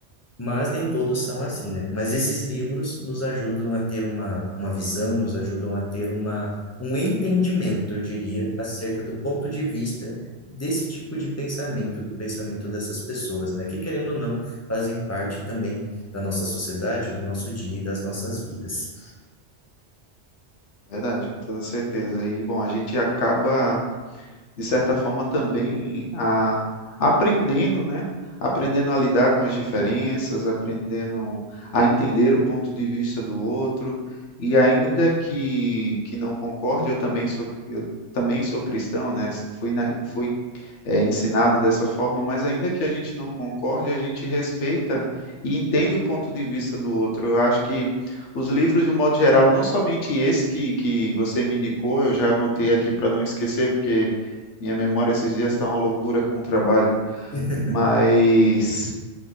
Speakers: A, on the left; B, on the left.
A: mas nem todos são assim, né? Mas esses livros nos ajudam a ter uma, uma visão, nos ajudam a ter uma, um entendimento, eu diria, acerca do ponto de vista desse tipo de pensamento, do pensamento dessas pessoas, né? Que, querendo ou não, fazem parte também da nossa sociedade, do nosso dia e das nossas vidas.
B: Verdade, com toda certeza. E, bom, a gente acaba, de certa forma, também a, aprendendo, né? Aprendendo a lidar com as diferenças, aprendendo a entender o ponto de vista do outro. E ainda que, que não concorde, eu também sou, eu também sou cristão, né? Fui, na, fui é, ensinado dessa forma, mas ainda que a gente não concorde, a gente respeita e entende o ponto de vista do outro. Eu acho que os livros, de um modo geral, não somente esse que, que você me indicou, eu já anotei aqui para não esquecer, porque minha memória esses dias está uma loucura com o trabalho,
A: <laughs>
B: mas